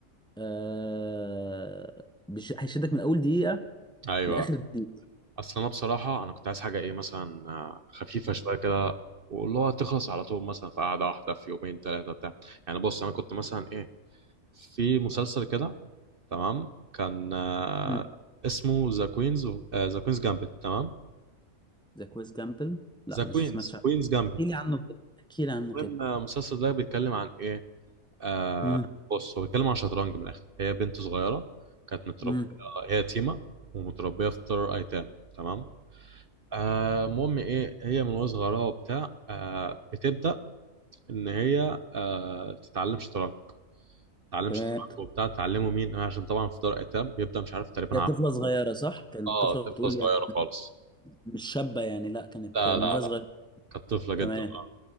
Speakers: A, in the centre; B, on the right (about 50°).
A: آه... بش... هيشدك من اول دقيقه
B: ايوه
A: لاخر دقيقه
B: اصل انا بصراحه انا كنت عايز حاجه ايه مثلا آه، خفيفه شويه كده واللي هو تخلص على طول مثلا في قعده واحده في يومين ثلاثه بتاع يعني بص انا كنت مثلا ايه في مسلسل كده تمام كان آه،
A: امم
B: اسمه ذا كوينز ذا كوينز جامبت تمام
A: ذا كويس جامبل لا
B: ذا كوينز
A: مش سمعتش عنه
B: كوينز جامبت
A: احكي لي عنه كده احكي لي عنه كده
B: المهم آه، المسلسل ده بيتكلم عن ايه آه
A: امم
B: بص هو بيتكلم عن شطرنج من الاخر هي بنت صغيره كانت متربيه
A: امم
B: هي يتيمه ومتربيه في دار ايتام تمام آه، المهم ايه هي من وهي صغيره وبتاع آه، بتبدا ان هي آه، تتعلم شطرنج تتعلم
A: تمام
B: شطرنج وبتاع تعلمه مين آه، عشان طبعا في دار ايتام بيبدا مش عارف تقريبا
A: هي
B: عم
A: طفله صغيره صح كانت
B: اه
A: طفله
B: طفله
A: بتقول
B: صغيره
A: يعني
B: خالص
A: مش شابه يعني لا كانت
B: لا
A: من
B: لا
A: وهي
B: لا
A: صغيره
B: كانت طفله جدا
A: تمام
B: اه